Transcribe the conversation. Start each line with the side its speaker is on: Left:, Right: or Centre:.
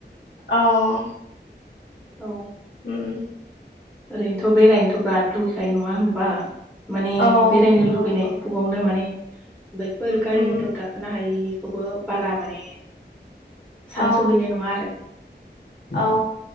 Left: आं।
Centre: औ।
Left: उम उम।
Centre: ओरैनोथ' बेरायनोथ' <unintelligible> नङा होनबा माने
Left: औ
Centre: बेरायनो
Left: नंगौ
Centre: लुगैनायनि
Left: नंगौ
Centre: फुबावनो माने बायक फोर गारि
Left: उम
Centre: मथर गाखोनो हायिखौबो बारा माने सानस'हैनाय
Left: औ
Centre: नङा आरो
Left: औ